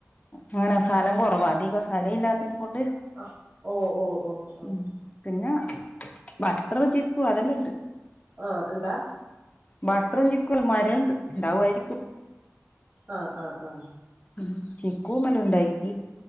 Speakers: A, on the left (about 25°); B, on the right (about 35°).
A: അങ്ങനെ സ്ഥലം കുറവാ അധികം സ്ഥലം ഇല്ലാത്തതിനെ കൊണ്ട്
B: ആഹ് ഓ ഓ ഓ ആഹ്
A: ഉം പിന്നെ ബട്ടറ് വെച്ചേക്കുവാ അതല്ല് ഉണ്ട്
B: ആഹ് എന്താ
A: ബട്ടറും ചിക്കുലും മരുവുണ്ട് ഉണ്ടാവുമായിരിക്കും
B: ആഹ് ആഹ് ആഹ്
A: ഉം ചിക്കൂമല് ഉണ്ടായി ഈ